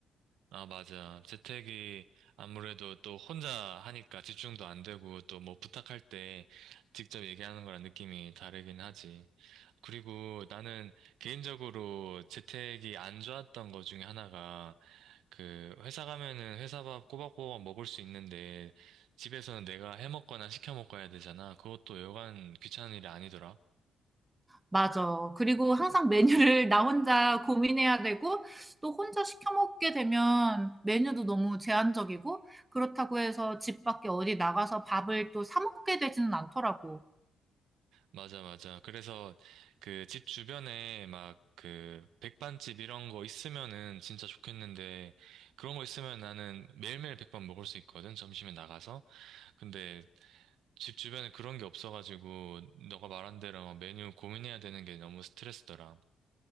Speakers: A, on the right; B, on the right.
A: 아, 맞아. 재택이 아무래도 또 혼자 하니까 집중도 안 되고 또 뭐 부탁할 때 직접 얘기하는 거랑 느낌이 다르긴 하지. 그리고 나는 개인적으로 재택이 안 좋았던 것 중에 하나가 그 회사 가면은 회사 밥 꼬박꼬박 먹을 수 있는데 집에서는 내가 해 먹거나 시켜 먹고 해야 되잖아. 그것도 여간 귀찮은 일이 아니더라.
B: 맞아. 그리고 항상 메뉴를 <laughs> 나 혼자 고민해야 되고, 또 혼자 시켜 먹게 되면 메뉴도 너무 제한적이고, 그렇다고 해서 집 밖에 어디 나가서 밥을 또 사 먹게 되지는 않더라고.
A: 맞아, 맞아. 그래서 그 집 주변에 막 그 백반집 이런 거 있으면은 진짜 좋겠는데 그런 거 있으면 나는 매일매일 백반 먹을 수 있거든. 점심에 나가서. 근데 집 주변에 그런 게 없어가지고 너가 말한 대로 막 메뉴 고민해야 되는 게 너무 스트레스더라.